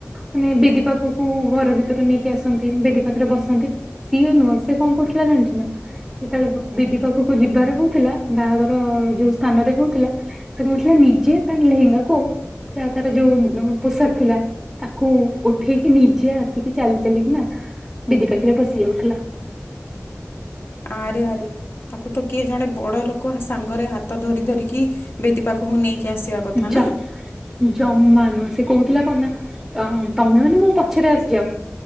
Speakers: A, in the centre; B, on the left (about 50°).
A: ମାନେ ବେଦୀ ପାଖକୁ ଘର ଭିତରେ ନେଇକି ଆସନ୍ତି ବେଦୀ ପାଖରେ ବସନ୍ତି। ସିଏ ନୁହଁ ସେ କଣ କରୁଥିଲା ଜାଣିଚୁ ନା। ଯେତେବେଳେ ବେଦି ପାଖକୁ ଯିବାର ହଉଥିଲା ବାହାଘର ଯୋଉ ସ୍ଥାନରେ ହଉଥିଲା ସେ କରୁଥିଲା ନିଜେ ତା ଲେହେଙ୍ଗା କୁ ପୁରା ତାର ଯୋଉ ପୋଷାକ ଥିଲା ତାକୁ ଉଠେଇକି ନିଜେ ଆସିକି ଚାଲି ଚାଲିକି ନା ବେଦି ପାଖରେ ବସି ଯାଉଥିଲା।
B: ଆରେ ଆରେ ତାକୁ ତ କିଏ ଜଣେ ବଡ଼ ଲୋକ ସାଙ୍ଗରେ ହାତ ଧରି ଧରିକି ବେଦୀ ପାଖକୁ ନେଇକି ଆସିବା କଥା
A: ଯା
B: ନା।
A: ଜମା ନୁହଁ ସେ କହୁଥିଲା କଣନା ତମେ ମାନେ ମୋ ପଛରେ ଆସିଯାଅ